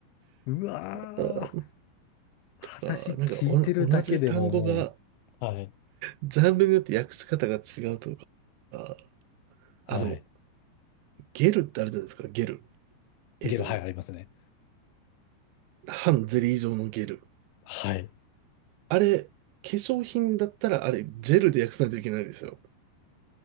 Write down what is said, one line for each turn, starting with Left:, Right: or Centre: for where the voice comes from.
Left: うわー。
Right: あ
Left: 話聞いてるだけでもも
Right: ー、なんかなんかお同じ単語が、
Left: う、はい。
Right: ジャンルによって訳し方が違うとか、あ
Left: はい。
Right: あの、ゲルってあるじゃないですか、ゲル。えっと、
Left: ゲロ、はい、ありますね。
Right: 半ゼリー状のゲル。
Left: はい。
Right: あれ、化粧品だったらあれ、ジェルで訳さないといけないんですよ。